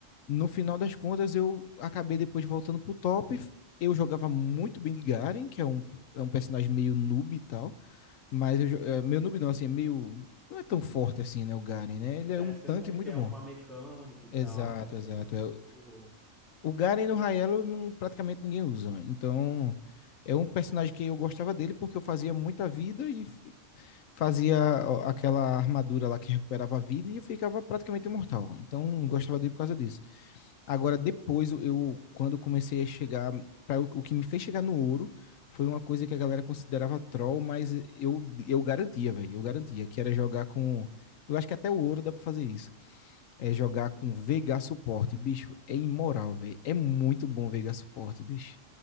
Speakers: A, on the left (about 85°); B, in the centre.
A: no final das contas, eu acabei depois voltando pro top. Eu jogava muito bem de Garen, que é um, é um personagem meio noob e tal. Mas eu, jo- é, meu noob não, assim, é meio. Não é tão forte assim, né? O Garen, né? Ele
B: É,
A: é um
B: você
A: tanque
B: não requer
A: muito bom.
B: uma mecânica e tal,
A: Exato,
B: né?
A: exato.
B: É,
A: É,
B: tipo,
A: O Garen no Raelo não, praticamente ninguém usa. né? Então, é um personagem que eu gostava dele porque eu fazia muita vida e f- fazia ó, aquela armadura lá que recuperava a vida e eu ficava praticamente imortal. Então, eu gostava dele por causa disso. Agora, depois, eu, quando comecei a chegar, pra, o que me fez chegar no ouro foi uma coisa que a galera considerava troll, mas eu, eu garantia, velho, eu garantia, que era jogar com. Eu acho que até o ouro dá pra fazer isso. É jogar com Veigar suporte, bicho, é imoral, velho. É muito bom Veigar suporte, bicho.